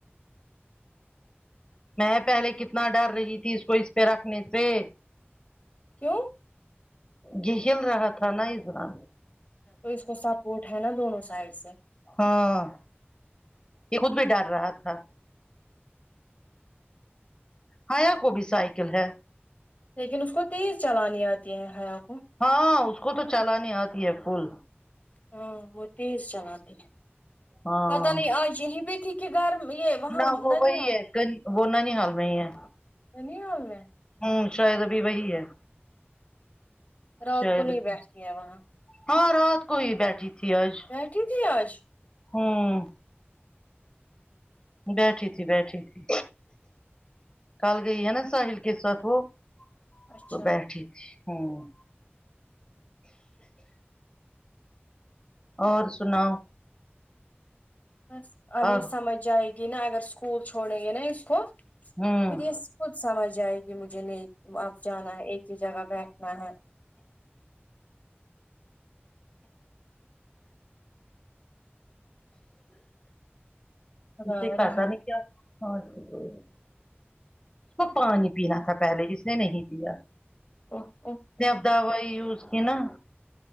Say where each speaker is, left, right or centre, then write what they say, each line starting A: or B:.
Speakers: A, on the left; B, on the left.
A: میں پہلے کتنا ڈر رہی تھی اس کو اس پہ رکھنے سے
B: کیوں
A: یہ ہل رہا تھا نا اس بار
B: تو اس کو سپورٹ ہے نا دونوں سائڈ سے
A: ہاں یہ خود بھی ڈر رہا تھا ہیا کو بھی سائیکل ہے
B: لیکن اس کو تیز چلانی آتی ہے حیا کو
A: ہاں اس کو تو چلانی آتی ہے پل
B: ہاں وہ تیز چلاتے ہیں
A: ہاں
B: پتہ نہیں آج یہں بھی تھی کہ گھرم یہ وہاں
A: نہ وہ
B: ننیال
A: وہی ہے وہ ننھیال میں ہی ہے
B: ننیال میں
A: ہوں شاید ابھی وہی ہے
B: رات
A: شاید
B: کو نہیں
A: ابھی
B: بیٹھتی ہے وہاں
A: ہاں رات کو ہی بیٹھی تھی آج
B: بیٹھی تھی آج
A: ہوں بیٹھی تھی بیٹھی تھی کل گئی ہے نا ساحل کے ساتھ وہ
B: اچھا
A: تو بیٹے تھی ہمم اور سناؤ
B: بس اب
A: اور
B: یہ سمجھ جائے گی نا اگر اسکول چھوڑیں گے نا اس کو پھر
A: ہوں
B: یہ خود سمجھ آئے گی مجھے نہیں آب جانا ہے ایک ہی جگہ بیٹھنا ہے خدا
A: کے پتا
B: رحم
A: نہیں کیا کوئی اس کو پانی پینا تھا پہلے جس نے نہیں پیا اس
B: او او او
A: نے اب دوائی یوز کی نا